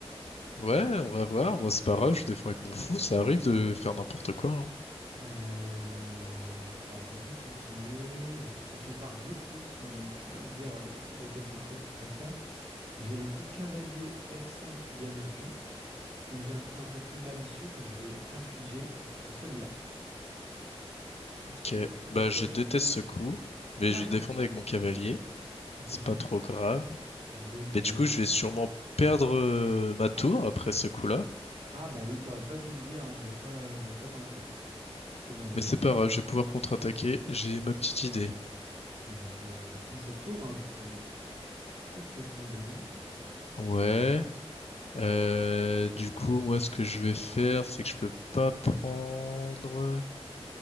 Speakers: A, on the left; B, on the right.
A: Ouais, on va voir. Moi, c'est pas grave, je défends avec mon fou. Ça arrive de faire n'importe quoi. hein.
B: Euh, alors je peux continuer, je peux continuer par deux coups qui, tu vas me dire les- lesquels te pré- tu préfères. J'ai le coup cavalier F5 qui gagne un pion, ou j'ai un coup un peu plus malicieux que je vais t'infliger, c'est celui-là,
A: Ok.
B: le, f- le
A: Bah,
B: fou
A: je
B: H6.
A: déteste ce coup, mais
B: <laughs>
A: je défends avec mon cavalier.
B: Ok,
A: C'est
B: c'est
A: pas trop grave.
B: c'est une bonne idée.
A: Mais du coup, je vais sûrement perdre euh, ma tour après ce coup-là.
B: Ah bah oui, t'aurais pas dû le dire, hein, j'avais pas, j'avais pas pensé. J'étais dans...
A: Mais c'est pas grave, je vais pouvoir contre-attaquer. J'ai ma petite idée.
B: Bon bah je, je prends cette tour, hein, vu qu'elle est complètement donnée.
A: Ouais. Euh, du coup, moi, ce que je vais faire, c'est que je peux pas prendre.